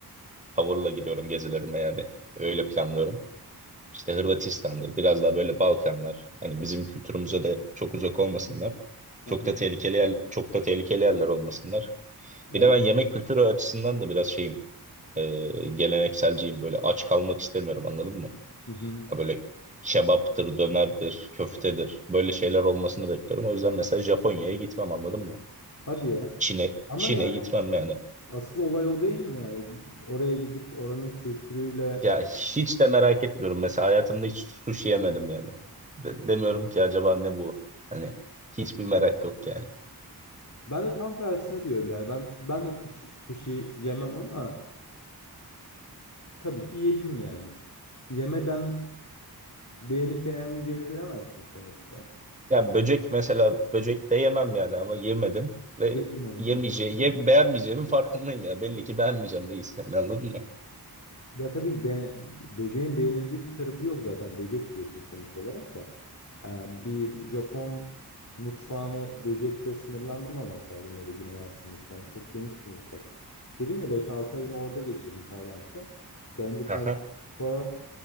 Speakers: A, on the right (about 20°); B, on the left (about 50°).
A: tavırla gidiyorum gezilerime yani. Öyle planlıyorum. İşte Hırvatistan'dır. Biraz daha böyle Balkanlar. Hani bizim kültürümüze de çok uzak olmasınlar. Çok
B: Aha,
A: da tehlikeli yer, çok da tehlikeli yerler olmasınlar.
B: Evet.
A: Bir de ben yemek kültürü açısından da biraz şeyim, e, gelenekselciyim. Böyle aç kalmak istemiyorum anladın mı?
B: Hı hı.
A: Ya böyle kebaptır, dönerdir, köftedir. Böyle şeyler olmasını bekliyorum. O yüzden mesela Japonya'ya gitmem anladın mı?
B: Hadi ya.
A: Çin'e
B: Ama
A: Çin'e
B: yani
A: gitmem yani.
B: asıl olay o değil mi yani? Oraya gidip oranın kültürüyle
A: Ya hiç de merak etmiyorum. Mesela hayatımda hiç sushi yemedim yani. De- demiyorum ki acaba ne bu? Hani hiçbir merak yok yani.
B: ben de tam tersine diyorum yani ben ben de sushi, sushi yemem ama Tabii ki yedim yani. Yemeden beğenip beğenmeyeceğini bilemezsin sonuçta.
A: Ya böcek mesela böcek de yemem yani ama yemedim ve
B: Yedim onu
A: yemeyeceğim,
B: da. <laughs>
A: ye, beğenmeyeceğimin farkındayım ya. Belli ki beğenmeyeceğim reis yani anladın mı?
B: Ya tabii ki be böceğin beğenilecek bir tarafı yok zaten. Böcek yiyorsun sonuç olarak da. Ee, bir Japon mutfağını böcekle sınırlandırmamak lazım ya da Güney Asya mutfağını. Çok geniş bir mutfak. Dedim ya beş altı ayımı orada geçirdim Tayland'da. Bence Tayland
A: Aha.
B: mutfağı